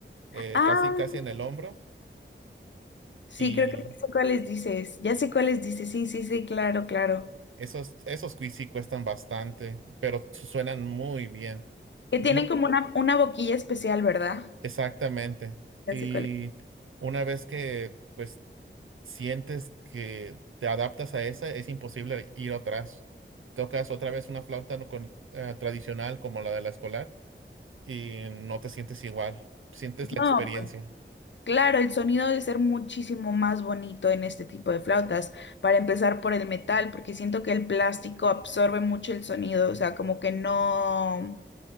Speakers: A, on the right; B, on the left.
A: eh,
B: Ah,
A: casi, casi en el hombro
B: sí,
A: y
B: creo que ya sé cuáles dices, ya sé cuáles dices, sí, sí, sí, claro, claro.
A: esos, esos cui- sí cuestan bastante, pero su- suenan muy bien.
B: Que
A: Mu-
B: tienen como una, una boquilla especial, ¿verdad?
A: exactamente.
B: Ya
A: Y
B: sé cuál es.
A: una vez que, pues, sientes que te adaptas a esa, es imposible ir atrás. Tocas otra vez una flauta no con- eh, tradicional como la de la escolar y no te sientes igual. Sientes
B: No,
A: la experiencia.
B: pues claro, el sonido debe ser muchísimo más bonito en este tipo de flautas, para empezar por el metal, porque siento que el plástico absorbe mucho el sonido, o sea, como que no,